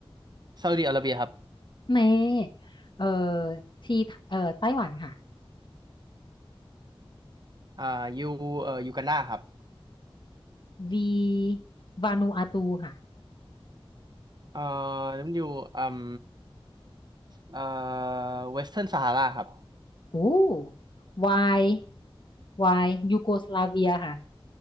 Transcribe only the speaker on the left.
เมเอ่อ T เอ่อไต้หวันค่ะ
V วานูอาตูค่ะ
โอ้ Y Y ยูโกสลาเวียค่ะ